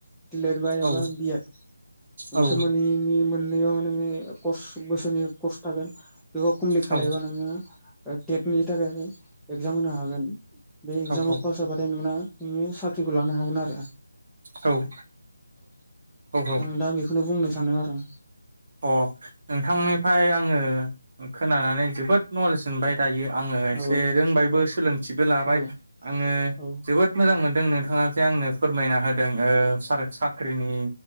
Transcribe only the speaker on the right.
औ
औ
औ
औ
औ औ औ
अ नोंथांनिफ्राय आङो खोनानानै जोबोद नलेज मोनबाय दायो आङो एसे
रोंबायबो सोलोंथिबो लाबाय
आङो
जोबोद मोजां मोनदों नोंथाङा जे आंनो फोरमायना होदों ओ स साख्रिनि